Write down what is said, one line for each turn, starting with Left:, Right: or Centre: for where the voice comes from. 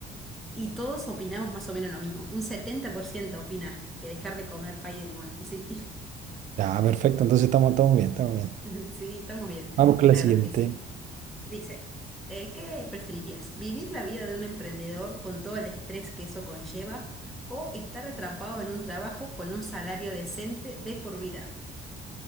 Centre: Y todos opinamos más o menos lo mismo. Un 70% opina que dejar de comer pay de limón. Sí,
Right: Ya, perfecto, entonces estamos, estamos bien, estamos bien.
Centre: <laughs> sí, estamos bien.
Right: Vamos con
Centre: La
Right: la siguiente.
Centre: verdad es que sí. Dice, eh, ¿qué preferirías? ¿Vivir la vida de un emprendedor con todo el estrés que eso conlleva o estar atrapado en un trabajo con un salario decente de por vida?